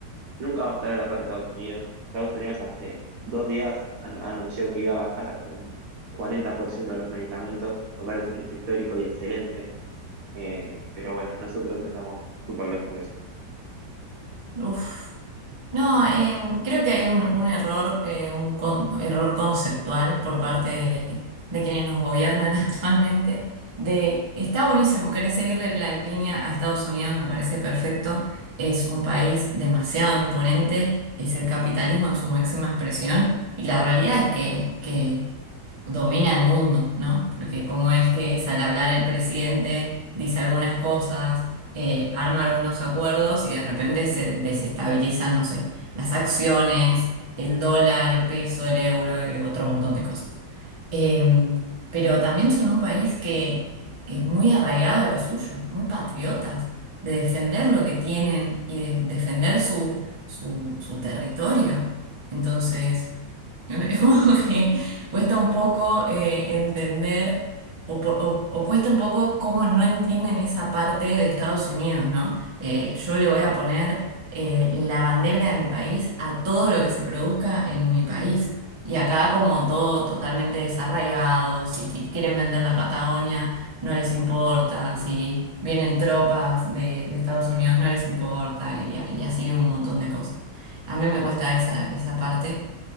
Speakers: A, on the right; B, on the right.
A: Nunca vamos a estar a la par de Estados Unidos. Estados Unidos hace dos días an- anunció que iba a bajar un 40% de los medicamentos, lo cual es un hecho histórico y excelente. Eh, pero bueno, nosotros estamos súper lejos de eso.
B: Uf. No, em, creo que hay un, un error, eh, un con- error conceptual por parte de, de quienes nos gobiernan <laughs> actualmente, de está buenísimo, querés seguirle la línea a Estados Unidos, me parece perfecto, es un país demasiado imponente, es el capitalismo en su máxima expresión, y la realidad es que, que domina el mundo, ¿no? Porque cómo es que es al hablar el presidente, dice algunas cosas, eh, arma algunos acuerdos y de repente se desestabilizan, no sé, las acciones, el dólar, el peso, el euro y otro montón de cosas. Eh, pero también son un país que es muy arraigado a lo suyo, muy patriotas, de defender lo que tienen y de defender su, su, su territorio. Entonces... <laughs> Es como que cuesta un poco eh, entender o, por- o- o cuesta un poco cómo no entienden esa parte de Estados Unidos, ¿no? Eh, yo le voy a poner eh, la bandera de mi país a todo lo que se produzca en mi país. Y acá como todo totalmente desarraigado, si qui- quieren vender la Patagonia, no les importa, si vienen tropas de, de Estados Unidos, no les importa, y, y así un montón de cosas. A mí me cuesta esa, esa parte.